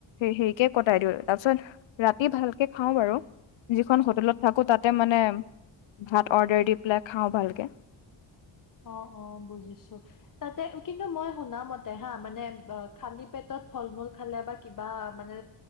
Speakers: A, on the left (about 70°); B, on the left (about 40°).
A: হেৰিকে কটাই দিও তাৰপিছত ৰাতি ভালকে খাওঁ বাৰু। যিখন হোটেলত
B: উম
A: থাকো তাতে মানে। ভাত অৰ্ডাৰ দি পেলাই খাওঁ ভালকে।
B: অ অ বুজিছো তাতে কিন্তু মই শুনামতে হা মানে খালী পেটত ফল মূল খালে বা কিবা মানে